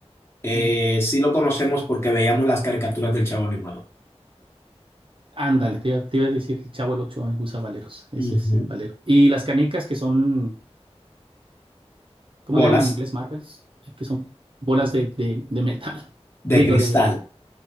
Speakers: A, on the left; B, on the right.
A: eh,
B: ¿sí?
A: sí lo conocemos porque veíamos las caricaturas del Chavo Animado.
B: Ándale, te, iba te iba a decir, el Chavo el ocho usa valeros, ese
A: Ujú.
B: es el valero. Y las canicas que son, ¿cómo
A: Bolas
B: le llaman en inglés? Marbles, eh, que son bolas de, de, de metal, <laughs>
A: de
B: digo,
A: cristal.
B: de